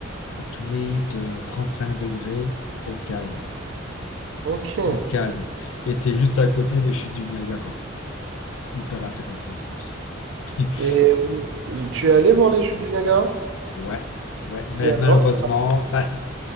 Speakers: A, on the left; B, on the right.
A: huit euh, cinq degrés au calme.
B: Ok.
A: Au calme. Et tu es juste à côté des chutes du Niagara. Hyper intéressant ça aussi. <laughs>
B: Et vous- tu es allé voir les chutes du Niagara?
A: Ouais, ouais. Mais
B: Et alors?
A: malheureusement, bah,